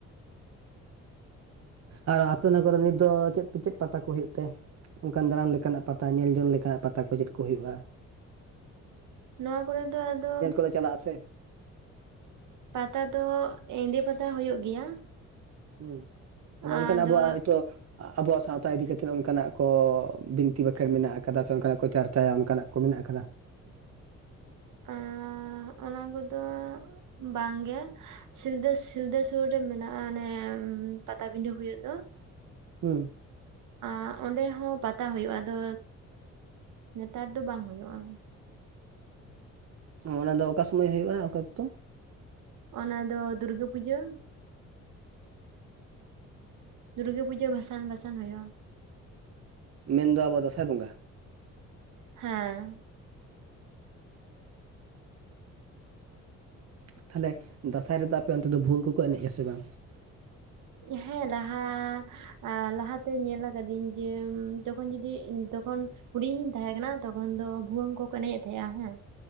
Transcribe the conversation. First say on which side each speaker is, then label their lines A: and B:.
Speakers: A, on the right; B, on the right.
A: ᱟᱨ ᱟᱯᱮ ᱚᱱᱟ ᱠᱚᱨᱮ ᱱᱤᱛ ᱫᱚ ᱪᱮᱫ ᱪᱮᱫ ᱯᱟᱛᱟ ᱠᱚ ᱦᱩᱭᱩᱜ ᱛᱮ ᱚᱝᱠᱟᱱ ᱫᱟᱬᱟᱱ ᱞᱮᱠᱟᱱᱟᱜ ᱯᱟᱛᱟ ᱧᱮᱞ ᱡᱚᱝ ᱞᱮᱠᱟᱱᱟᱜ ᱯᱟᱛᱟ ᱠᱚ ᱪᱮᱫ ᱠᱚ ᱦᱩᱭᱩᱜᱼᱟ?
B: ᱱᱚᱣᱟ ᱠᱚᱨᱮ ᱫᱚ ᱟᱫᱚ
A: ᱠᱚ ᱪᱟᱞᱟᱜᱼᱟ ᱥᱮ
B: ᱯᱟᱛᱟ ᱫᱚ ᱮᱸᱫᱮ ᱯᱟᱛᱟ ᱦᱩᱭᱩᱜ ᱜᱮᱭᱟ᱾
A: ᱦᱩᱸ ᱟᱪᱟ
B: ᱟᱫᱚ
A: ᱚᱝᱠᱟᱱ ᱟᱵᱚᱣᱟᱜ ᱦᱳᱭᱛᱚ ᱟᱵᱚᱣᱟᱜ ᱥᱟᱶᱛᱟ ᱤᱫᱤ ᱠᱟᱛᱮᱫ ᱚᱱᱠᱟᱱᱟᱜ ᱠᱚ ᱵᱤᱱᱛᱤ ᱵᱟᱠᱷᱮᱬ ᱢᱮᱱᱟᱜ ᱟᱠᱟᱫᱟ ᱥᱮ ᱚᱱᱠᱟᱱᱟᱜ ᱠᱚ ᱪᱟᱨᱪᱟᱭᱟ ᱚᱝᱠᱟᱱᱟᱜ ᱠᱚ ᱢᱮᱱᱟᱜ ᱟᱠᱟᱫᱟ?
B: ᱮᱸ ᱚᱱᱟ ᱠᱚᱫᱚ ᱵᱟᱝ ᱜᱮ᱾ ᱥᱤᱞᱫᱟᱹ ᱥᱤᱞᱫᱟᱹ ᱥᱩᱨ ᱨᱮ ᱢᱮᱱᱟᱜᱼᱟ ᱚᱱᱮ ᱯᱟᱛᱟᱵᱤᱸᱰᱟᱹ ᱦᱩᱭᱩᱜ ᱫᱚ᱾
A: ᱦᱩᱸ
B: ᱟᱸ ᱚᱸᱰᱮ ᱦᱚᱸ ᱯᱟᱛᱟ ᱦᱩᱭᱩᱜᱼᱟ, ᱟᱫᱚ ᱱᱮᱛᱟᱨ ᱫᱚ ᱵᱟᱝ ᱦᱩᱭᱩᱜᱼᱟ᱾
A: ᱚ ᱚᱱᱟ ᱫᱚ ᱚᱠᱟ ᱥᱚᱢᱚᱭ ᱦᱩᱭᱩᱜᱼᱟ ᱚᱠᱟ ᱚᱠᱛᱚ?
B: ᱚᱱᱟ ᱫᱚ ᱫᱩᱨᱜᱟᱹ ᱯᱩᱡᱟᱹ ᱫᱩᱨᱜᱟᱹ ᱯᱩᱡᱟᱹ ᱵᱷᱟᱥᱟᱱ ᱵᱟᱥᱟᱱ ᱦᱩᱭᱩᱜᱼᱟ᱾
A: ᱢᱮᱱ ᱫᱚ ᱟᱵᱚ ᱫᱟᱸᱥᱟᱭ ᱵᱚᱸᱜᱟ?
B: ᱦᱮᱸ
A: ᱛᱟᱦᱞᱮ ᱫᱟᱸᱥᱟᱭ ᱨᱮᱫᱚ ᱟᱯᱮ ᱚᱱᱛᱮ ᱫᱚ ᱵᱷᱩᱣᱟᱹᱝ ᱠᱚᱠᱚ ᱮᱱᱮᱡᱼᱟ ᱥᱮ ᱵᱟᱝ?
B: ᱦᱮᱸ ᱞᱟᱦᱟ ᱮᱸ ᱞᱟᱦᱟᱛᱮ ᱧᱮᱞ ᱠᱟᱫᱤᱧ ᱡᱮ ᱡᱚᱠᱷᱚᱱ ᱡᱩᱫᱤ ᱛᱚᱠᱷᱚᱱ ᱦᱩᱰᱤᱧᱤᱧ ᱛᱟᱦᱮᱸ ᱠᱟᱱᱟ ᱛᱚᱠᱷᱚᱱ ᱫᱚ ᱵᱷᱩᱣᱟᱹᱝ ᱠᱚᱠᱚ ᱮᱱᱮᱡ ᱮᱫ ᱛᱟᱦᱮᱸᱜᱼᱟ ᱦᱮᱸ᱾